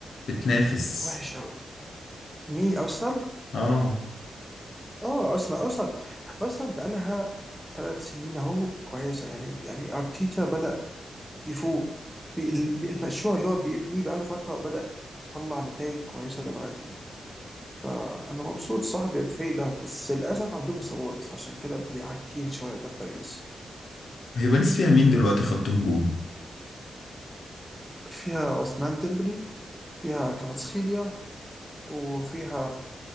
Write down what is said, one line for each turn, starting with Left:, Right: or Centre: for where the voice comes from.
Left: بتنافس
Centre: وحش قوي مين ارسنال
Left: اه
Centre: اه ارسنال ارسنال ارسنال بقى لها ثلاث سنين اهو كويسه يعني يعني ارتيتا بدا يفوق بال- بالمشروع اللي هو بيبنيه بقى له فتره بدا يطلع نتائج كويسه دلوقتي فانا مبسوط صاحبي كفاية ده بس للاسف عندهم اصابات فعشان كده بيعكين شويه قدام باريس
Left: هي باريس فيها مين دلوقتي خط هجوم؟
Centre: فيها عثمان ديمبلي فيها كفاتسخيليا وفيها